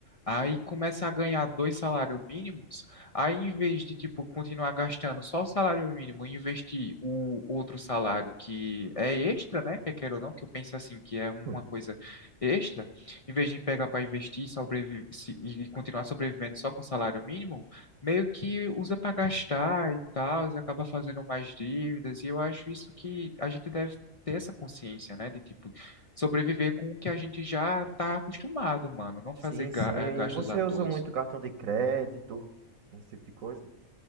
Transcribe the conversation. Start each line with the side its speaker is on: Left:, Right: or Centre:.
Left: Aí começa a ganhar dois salários mínimos, aí em vez de, tipo, continuar gastando só o salário mínimo e investir o outro salário que é extra, né, que queira ou não, que eu penso assim, que é uma
Right: Hum.
Left: coisa extra, em vez de pegar para investir e sobrevi- se- e continuar sobrevivendo só com salário mínimo, meio que usa para gastar e tal, e acaba fazendo mais dívidas, e eu acho isso que a gente deve ter essa consciência, né, de tipo sobreviver com o que a gente já tá acostumado, mano, não fazer
Right: Sim,
Left: ga-
Right: sim.
Left: eh, gastos
Right: E você
Left: à toa.
Right: usa muito cartão de crédito, esse tipo de coisa.